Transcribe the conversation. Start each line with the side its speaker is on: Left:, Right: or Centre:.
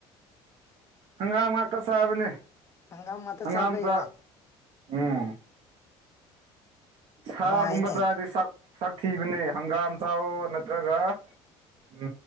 Right: ꯍꯪꯒꯥꯝ ꯉꯥꯛꯇ ꯆꯥꯕꯅꯦ
Left: ꯍꯒꯥꯝ ꯃ
Right: ꯍꯪꯒꯥꯝ
Left: ꯆꯥꯕ
Right: ꯆꯥꯛ
Left: ꯏꯔ
Right: ꯎꯝ ꯁꯥꯒꯨꯝꯕ
Left: ꯅꯨꯡꯉꯥꯏꯅꯦ
Right: ꯆꯗꯤ ꯁꯛ ꯊꯤꯕꯅꯦ ꯍꯪꯒꯥꯝ ꯆꯥꯎꯋꯣ ꯅꯠꯇ꯭ꯔꯒ ꯎ